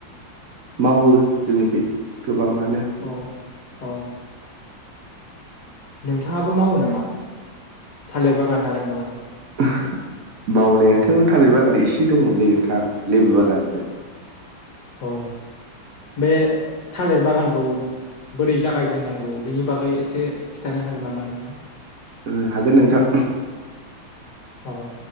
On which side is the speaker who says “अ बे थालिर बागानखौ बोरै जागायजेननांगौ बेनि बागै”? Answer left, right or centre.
Left